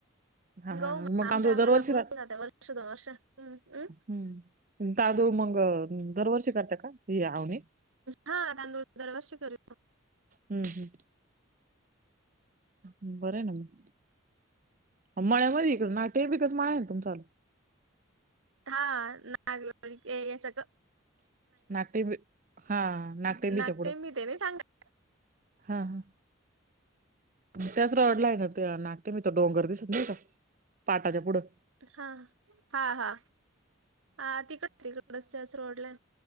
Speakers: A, on the right (about 40°); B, on the right (about 75°).
A: हा
B: ग
A: हा
B: म
A: मग
B: आमच्या
A: तांदूळ
B: आम्हाला
A: दरवर्षी
B: पूरव
A: राहत
B: जाते वर्ष दोन वर्ष. हम्म.
A: हम्म अ मंग दरवर्षी करते का ह आवणी
B: हा दांदूज दरवर्षी करीतो.
A: हम्म हम् बरं ना मग. ह मळ्यामध्ये नाटे बिकच माळ आहे तुमचालला.
B: हा नागल सगळं
A: नागटिंबी हा नागटिंबी
B: नागटे
A: चपडू
B: मी ते नाही सांगत
A: हा ह त्याच रडलाय ना ते नाट ते मी तर डोंगर दिसत नाही का पाटाच्या पुढं
B: हा हा हा हा तिकडच तिकडच त्याच रोडला